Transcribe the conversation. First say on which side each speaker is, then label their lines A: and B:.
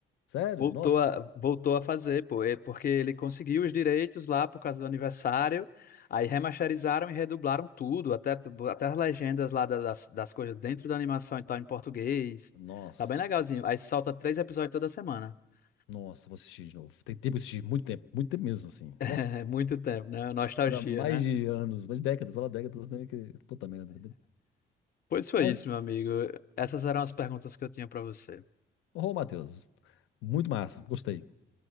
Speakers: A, on the left; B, on the left.
A: Sério?
B: Voltou
A: Nossa.
B: a, voltou a fazer, pô, é porque ele conseguiu os direitos lá por causa do aniversário, aí remasterizaram e redublaram tudo, até, até as legendas lá da- das, das coisas dentro da animação e tal, em português.
A: Nossa.
B: Tá bem legalzinho. Aí salta três episódios toda semana. <laughs>
A: Nossa, vou assistir de novo. Tem tempo que eu assisti, muito tempo, muito tempo mesmo, assim.
B: É
A: Nossa,
B: muito tempo, né? Nostalgia,
A: pra mais
B: né?
A: de anos, mais de décadas, fala décadas, né? Que, puta merda.
B: Pois foi
A: Mas,
B: isso, meu amigo. Essas eram as perguntas que eu tinha pra você.
A: ô, Matheus, muito massa, gostei.